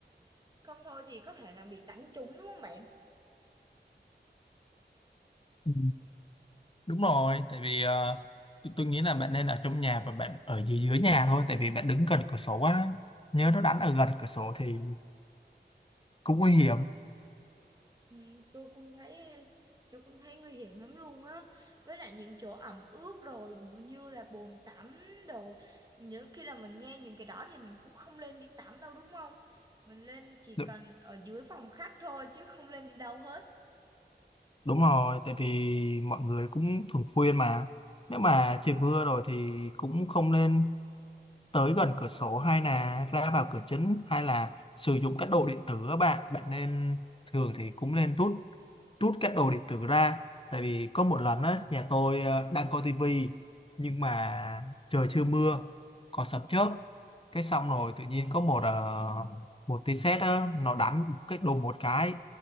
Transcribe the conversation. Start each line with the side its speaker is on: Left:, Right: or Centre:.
Right: Không thôi thì có thể là bị đánh trúng đúng không bạn?
Left: Ừ, đúng rồi tại vì ờ, tôi, tôi nghĩ là bạn nên ở trong nhà và bạn ở dưới dưới nhà thôi tại vì bạn đứng gần cửa sổ á nhớ nó đánh ở gần cửa sổ thì cũng nguy hiểm
Right: Ừ, tôi cũng thấy tôi cũng thấy nguy hiểm lắm luôn á. Với lại những chỗ ẩm ướt rồi như là bồn tắm đồ. Nhớ khi là mình nghe những cái đó thì mình cũng không lên đi tắm đâu đúng không? Mình lên chỉ
Left: đúng,
Right: cần ở dưới phòng khách thôi chứ không lên đi đâu hết.
Left: đúng rồi tại vì mọi người cũng thường khuyên mà nếu mà trời mưa rồi thì cũng không nên tới gần cửa sổ hay là ra vào cửa chính hay là sử dụng các đồ điện tử á bạn bạn nên thường thì cũng nên rút rút các đồ điện tử ra tại vì có một lần á nhà tôi ờ, đang coi tivi nhưng mà trời chưa mưa có sấm chớp cái xong rồi tự nhiên có một ờ, một tia sét á nó đánh cái đùng một cái